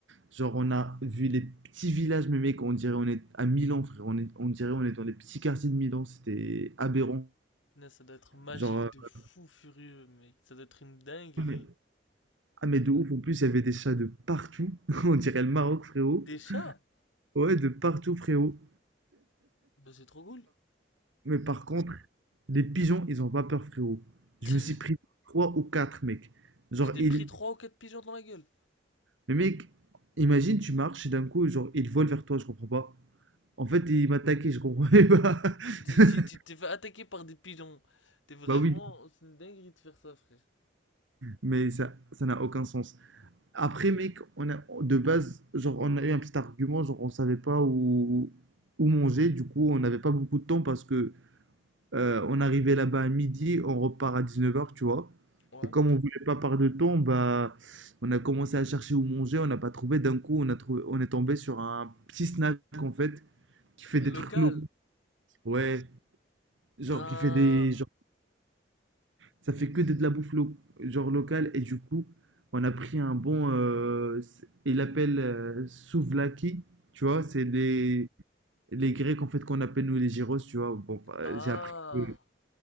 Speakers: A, on the right; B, on the left.
A: Genre, on a vu les petits villages, mais mec, on dirait on est à Milan, frère. On est, on dirait on est dans les petits quartiers de Milan. C'était aberrant.
B: Punaise, ça doit être magique
A: Genre,
B: de
A: euh,
B: fou furieux, mec. Ça doit être une dinguerie.
A: ah, mais- ah, mais de ouf. En plus, il y avait des chats de partout. <laughs> On dirait le Maroc, frérot.
B: Des chats?
A: Ouais, de partout, frérot.
B: Bah, c'est trop cool.
A: Mais par contre, les pigeons, ils ont pas peur, frérot.
B: <laughs>
A: Je me suis pris trois ou quatre, mec. Genre,
B: Tu t'es
A: ils.
B: pris trois ou quatre pigeons dans la gueule.
A: Mais mec, imagine, tu marches et d'un coup, genre, ils volent vers toi. Je comprends pas. En fait, ils m'attaquaient, je comprenais pas.
B: Tu
A: <laughs>
B: tu- tu t'es fait attaquer par des pigeons. T'es vraiment...
A: Bah oui,
B: C'est une dinguerie de faire ça, frère.
A: mais ça, ça n'a aucun sens. Après, mec, on a, de base, genre, on a eu un petit argument, genre, on savait pas où, où manger, du coup, on n'avait pas beaucoup de temps parce que euh, on arrivait là-bas à midi, on repart à 19h, tu vois.
B: Ouais.
A: Et comme on voulait pas perdre de temps, bah, on a commencé à chercher où manger, on n'a pas trouvé. D'un coup, on a trouvé, on est tombé sur un petit snack, en fait, qui fait des
B: Local.
A: trucs locaux. Ouais, genre,
B: Putain.
A: qui fait des, genre, Ça fait que de, de la bouffe lo- genre locale et du coup, on a pris un bon, euh, c'est- il l'appelle euh, souvlaki, tu vois, c'est les
B: Ok.
A: les Grecs en fait qu'on appelle nous les gyros, tu vois. Bon, euh,
B: Ah.
A: j'ai appris que,